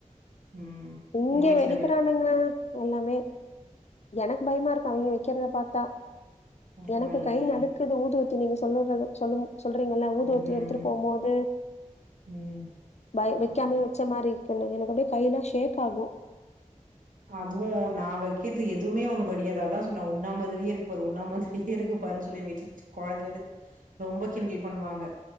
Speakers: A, on the right (about 85°); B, on the left (about 55°).
A: ம்
B: <inaudible> இங்க
A: உங்க வீட்ல
B: வெடிக்கிறானுங்கள
A: வெட்டி
B: எல்லாமே எனக்கு பயமா இருக்கும் அவங்க வைக்கிறத பாத்தா
A: பரவாயில்லயே
B: எனக்கு கை நடுக்குது ஊதுவத்தி நீங்க சொல்லறது சொல்லு <unintelligible> ஊது
A: ம்
B: ஊத்தி எடுத்துட்டு போம்போது
A: ம்
B: ப
A: ஆமா
B: வக்காமே
A: ஆமா
B: வச்ச மாரி என் எனக்கு அப்படியே கைல்லா ஷேக் ஆகு
A: அதுவு நான் வெக்கர்து எதுவுமே ஒண்ணு வெடியாது அத தான் சொன்ன உன்ன மாதிரியே இருக்கு பாரு உன்ன மாதிரியே இருக்கு பாரு <unintelligible> கொழந்தைலந்து ரொம்ப கிண்டில் பண்ணுவாங்க